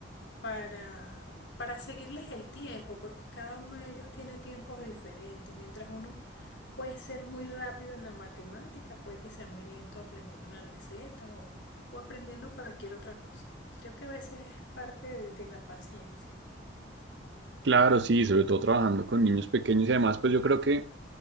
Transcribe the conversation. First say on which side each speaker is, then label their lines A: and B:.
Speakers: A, on the left; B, on the right.
A: para, para seguirles el tiempo, porque cada uno de ellos tiene tiempos diferentes. Mientras uno puede ser muy rápido en la matemática, puede que sea muy lento aprendiendo una receta o, o aprendiendo cualquier otra cosa. Creo que a veces es parte de de la paciencia.
B: Claro, sí, sobre todo trabajando con niños pequeños y además, pues yo creo que